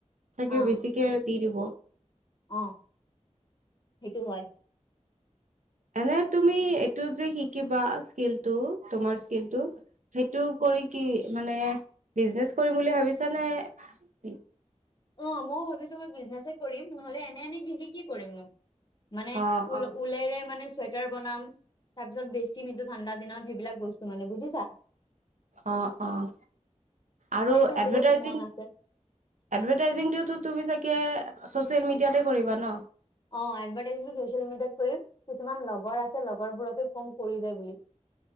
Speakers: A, on the right (about 75°); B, on the left (about 35°).
A: চাগে
B: অ',
A: বেছিকে দি দিব।
B: অ সেইটো হয়।
A: এনে তুমি এইটো যে শিকিবা স্কিলটো তোমাৰ স্কিলটো সেইটো ক কৰি কি মানে বিজনেচ কৰিম বুলি ভাবিছ নে কি?
B: অ ময়ো ভাবিছো মোৰ বিজনেজে কৰিম নহ'লে এনে এনে সিকি কি কৰিম নো? মানে ও
A: অ', অ',
B: ওলাইৰে মানে চু চুৱেটাৰ বনাম তাৰ পিছত বেচিম সেইটো ঠাণ্ডা দিনত সেইবিলাক বস্ত চু মানে বুজিছা।
A: অ', অ', আৰু
B: কাৰণ মোৰ
A: এডভাৰটাইজিং,
B: বহুত মন আছে
A: এডভাই টাইজিংটোতো তুমি চাগে ছ'চিয়েল মিডিয়াতে কৰিবা ন?
B: অ এডভাৰটাইজিং ছ'চিয়েল মিডিয়াত কৰিম, কিছুমান লগৰ আছে লগৰবোৰকে কম কৰি দে বুলি। <inaudible>